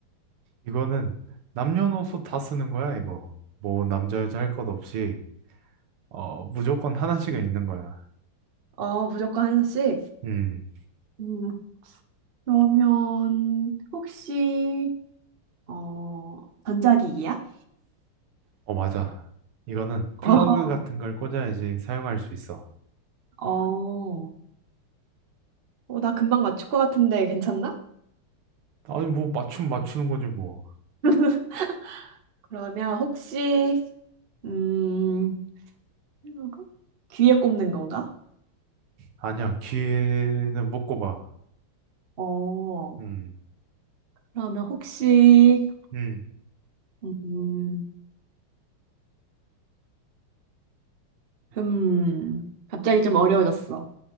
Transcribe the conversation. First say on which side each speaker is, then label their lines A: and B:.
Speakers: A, on the right; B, on the right.
A: 이거는 남녀노소 다 쓰는 거야, 이거. 뭐, 남자, 여자 할 것 없이, 어, 무조건 하나씩은 있는 거야.
B: 어, 무조건 하나씩.
A: 음,
B: 음, 그러면, 혹시, 어, 전자기기야?
A: 어, 맞아. 이거는
B: 어,
A: 플러그 같은 걸 꽂아야지 사용할 수 있어.
B: 어, 어, 나 금방 맞출 것 같은데 괜찮나?
A: 아니, 뭐, 맞춤 맞추는 거지, 뭐.
B: <laughs> 그러면 혹시, 음, 필러 귀에 꼽는 건가?
A: 아니야, 귀에는 못 꼽아.
B: 어,
A: 음,
B: 그러면 혹시,
A: 음.
B: 음, 음, 갑자기 좀 어려워졌어.